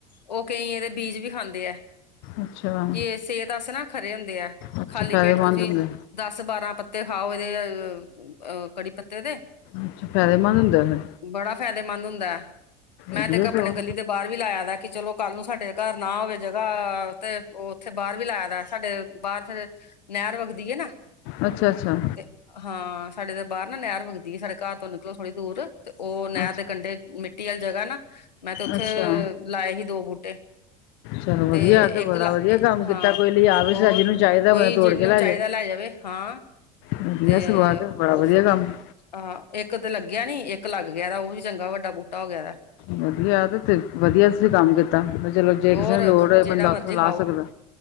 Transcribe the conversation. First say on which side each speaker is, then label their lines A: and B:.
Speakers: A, on the left; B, on the left.
A: ਉਹ ਕਈ ਇਹਦੇ ਬੀਜ ਵੀ ਖਾਂਦੇ ਐ।
B: ਅੱਛਾ
A: ਕਿ ਇਹ ਸਿਹਤ ਆਸ ਤੇ ਨਾ ਖਰੇ ਹੁੰਦੇ ਆ।
B: ਅੱਛਾ
A: ਖਾਲੀ
B: ਫਾਇਦੇਮੰਦ
A: ਪੇਟ ਤੁਸੀਂ
B: ਹੁੰਦੇ
A: ਦਸ ਬਾਰਾਂ ਪੱਤੇ ਖਾਓ ਇਹਦੇ ਕੜੀ ਪੱਤੇ ਦੇ।
B: ਅੱਛਾ ਫਾਇਦੇਮੰਦ ਹੁੰਦੇ ਆ ਫਿਰ।
A: ਬੜਾ ਫਾਇਦੇਮੰਦ ਹੁੰਦਾ ਹੈ। ਮੈਂ
B: ਵਧੀਆ
A: ਤੇ ਇੱਕ ਆਪਣੇ
B: ਸਗੋਂ
A: ਗਲੀ ਦੇ ਬਾਹਰ ਵੀ ਲਾਇਆ ਦਾ ਕਿ ਚਲੋ ਕੱਲ ਨੂੰ ਸਾਡੇ ਘਰ ਨਾ ਹੋਵੇ ਜਗ੍ਹਾ ਤੇ ਉਹ ਉੱਥੇ ਬਾਹਰ ਵੀ ਲਾਇਆ ਦਾ। ਸਾਡੇ ਬਾਹਰ ਤੇ ਨਹਿਰ ਵਗਦੀ ਨਾ।
B: ਅੱਛਾ ਅੱਛਾ
A: ਤੇ ਹਾਂ ਸਾਡੇ ਤੇ ਬਾਹਰ ਨਾ ਨਹਿਰ ਵਗਦੀ ਆ। ਸਾਡੇ ਘਰ ਤੋਂ ਨਿਕਲੋ ਥੋੜੀ ਦੂਰ ਤੇ ਉਹ ਨਹਿਰ
B: ਅੱਛਾ
A: ਦੇ ਕੰਢੇ ਮਿੱ ਮਿੱਟੀ ਵਾਲੀ ਜਗ੍ਹਾ ਨਾ। ਮੈਂ ਤੇ ਉੱਥੇ
B: ਅੱਛਾ
A: ਲਾਏ ਸੀ ਦੋ ਬੂਟੇ।
B: ਚਲੋ ਵਧੀਆ
A: ਤੇ
B: ਇਹ ਬੜਾ
A: ਇੱਕ ਲ
B: ਵਧੀਆ ਕੰਮ ਕੀਤਾ
A: ਹਾਂ
B: ਕੋਈ ਲਿਆ ਵੀ
A: ਹੋਰ
B: ਸਬਜ਼ੀ ਨੂੰ ਚਾਹੀਦਾ
A: ਕੋਈ
B: ਬੰਦਾ ਤੋੜ
A: ਜਿਹਨੂੰ
B: ਕੇ
A: ਚਾਹੀਦਾ
B: ਜਾਏ
A: ਲੈ ਜਾਵੇ। ਹਾ
B: ਵਧੀਆ
A: ਤੇ
B: ਸਗੋਂ ਇਹ ਤੇ ਬੜਾ
A: ਉਹ
B: ਵਧੀਆ
A: ਫਿਰ
B: ਕੰਮ
A: ਹਾਂ ਇੱਕ ਤੇ ਲੱਗਿਆ ਨੀ ਇੱਕ ਲੱਗ ਗਿਆ ਤਾਂ ਉਹ ਵੀ ਚੰਗਾ ਵੱਡਾ ਬੂਟਾ ਹੋ ਗਿਆ ਵਾ।
B: ਵਧੀਆ ਤੇ ਵਧੀਆ ਤੁਸੀਂ ਕੰਮ ਕੀਤਾ। ਪਰ ਚਲੋ ਜੇ
A: ਹੋਰ
B: ਕਿਸੇ ਨੂੰ ਲੋੜ ਹੋਏ
A: ਜਿਹੜਾ
B: ਬੰਦਾ
A: ਮਰਜੀ
B: ਉੱਥੋਂ ਲਾ
A: ਖਾਓ
B: ਸਕਦਾ।